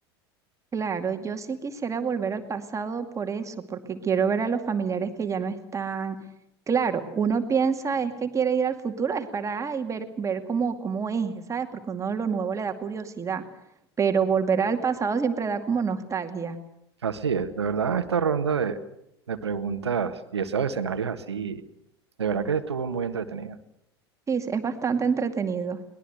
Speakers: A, on the right (about 20°); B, on the right (about 80°).
A: Claro, yo sí quisiera volver al pasado por eso, porque quiero ver a los familiares que ya no están. Claro, uno piensa es que quiere ir al futuro, es para ay, ver, ver cómo, cómo es, ¿sabes? Porque uno lo nuevo le da curiosidad, pero volver al pasado siempre da como nostalgia.
B: Así es, de verdad esta ronda de, de preguntas y esos escenarios así, de verdad que estuvo muy entretenida.
A: Sí, es es bastante entretenido.